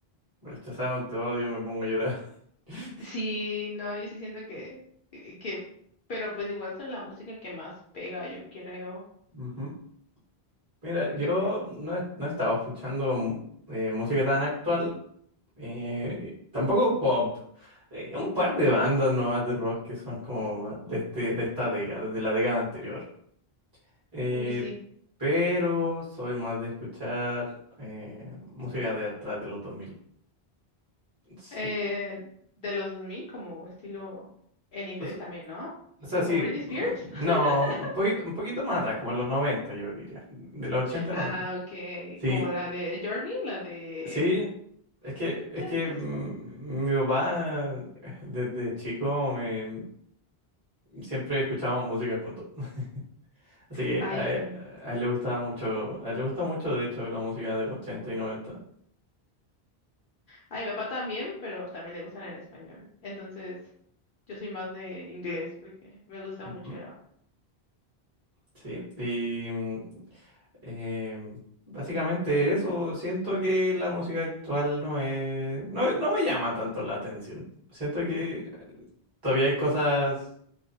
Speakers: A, on the right; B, on the left.
A: me rechazaron, te odio, me pongo a llorar. <laughs>
B: Sí, no, yo sí siento que, que, que- pero pues igual son la música que más pega, yo creo,
A: Ujú. Mira,
B: porque,
A: yo
B: pues,
A: no he, no he estado escuchando mm, eh, música tan actual, eh, tampoco pop. Eh, un par de bandas nomás de rock que son como ba- de, este, de esta década, de la década anterior. Eh,
B: uy, sí,
A: pero soy más de escuchar eh, música de atrás de los dos mil, Sí,
B: eh, de los 2000 como estilo en inglés
A: o sea,
B: también, ¿no?
A: o sea,
B: Como
A: sí,
B: Britney Spears.
A: mm, no,
B: <laughs>
A: un poquito, un poquito más atrás, como en los 90 yo diría, de los 80
B: Ah,
A: noventa,
B: ok,
A: Sí,
B: como la de Journey, la de
A: Sí, es que, es
B: Just
A: que mm,
B: a Spot.
A: mi papá eh, desde chico me siempre escuchábamos música juntos. <laughs> Así que
B: Ah,
A: a,
B: yo
A: él
B: también.
A: a él le gustaba mucho, a él le gusta mucho de hecho la música del 80 y noventa,
B: Ah, mi papá también, pero también le gustan en español. Entonces, yo soy más de inglés porque me gusta
A: Ujú.
B: mucho.
A: Sí, y mm, em, básicamente eso, siento que la música actual no es, no, no me llama tanto la atención. Siento que todavía hay cosas